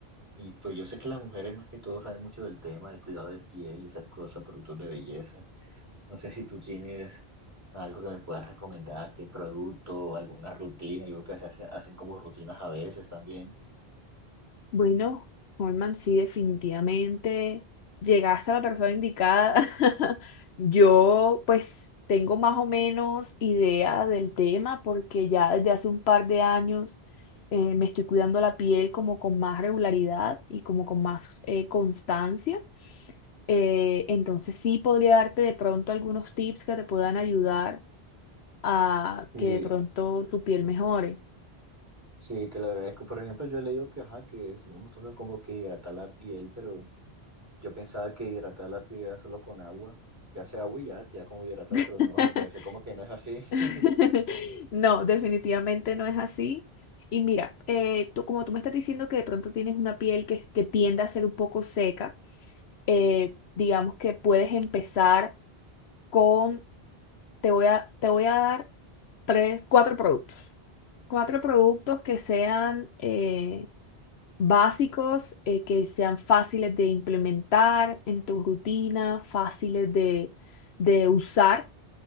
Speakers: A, on the right; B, on the left.
A: Y pues yo sé que las mujeres más que todo saben mucho del tema de cuidado de piel y esas cosas, productos de belleza. No sé si tú tienes algo que me puedas recomendar, qué producto, alguna rutina. Yo creo que se hace- hacen como rutinas a veces también.
B: Bueno, Holman, sí, definitivamente llegaste a la persona indicada. <laughs> Yo, pues, tengo más o menos idea del tema porque ya desde hace un par de años eh, me estoy cuidando la piel como con más regularidad y como con más eh, constancia. Eh, entonces sí podría darte de pronto algunos tips que te puedan ayudar a
A: Sí,
B: que de pronto tu piel mejore.
A: sí, te lo agradezco. Por ejemplo, yo he leído que, ajá, que es, uno toca como que hidratar la piel, pero yo pensaba que hidratar la piel era solo con agua. Que hace agua y ya queda como hidratado, pero
B: <laughs>
A: no, me parece como que no es así.
B: <laughs>
A: <laughs>
B: No, definitivamente no es así. Y mira, eh, tú, como tú me estás diciendo que de pronto tienes una piel que, que tiende a ser un poco seca, eh, digamos que puedes empezar con, te voy a, te voy a dar tres, cuatro productos. Cuatro productos que sean eh, básicos, eh, que sean fáciles de implementar en tu rutina, fáciles de, de usar.